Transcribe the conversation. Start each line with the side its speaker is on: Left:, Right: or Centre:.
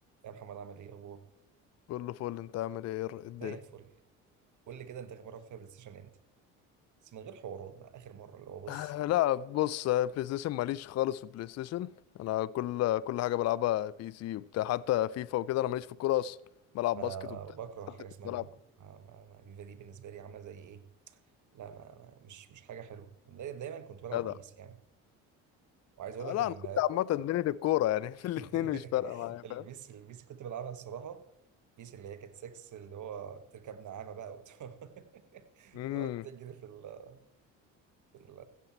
Right: يا محمد عامل ايه اخبارك
Left: كله فل انت عامل ايه ايه الدنيا
Right: زي الفل قول لي كده انت اخر مره رحت فيها بلاي ستيشن امتى بس من غير حوارات بقى اخر مره اللي هو بص
Left: آه، لا بص آه، بلاي ستيشن ماليش خالص في البلاي ستيشن انا كل كل حاجه بلعبها بي سي وبتاع حتى فيفا وكده انا ماليش في الكوره اصلا بلعب
Right: انا
Left: باسكت وبتاع
Right: بكره حاجه
Left: حتى كنت
Right: اسمها
Left: بلعب
Right: فيفا ما ما ما فيفا دي بالنسبه لي عامله زي ايه لا ما ما- مش مش حاجه حلوه داي- دايما كنت بلعب
Left: جدع
Right: بيس يعني وعايز اقول
Left: آه،
Right: لك
Left: لا
Right: ان
Left: انا كنت عامه دنيا الكوره يعني
Right: <laughs>
Left: <laughs> في الاتنين مش فارقه معايا
Right: البيس
Left: فاهم
Right: البيس كنت بلعبها الصراحه بيس اللي هي كانت 6 اللي هو تركب نعامه بقى وتقعد <laughs>
Left: امم
Right: بتقعد تجري في ال في ال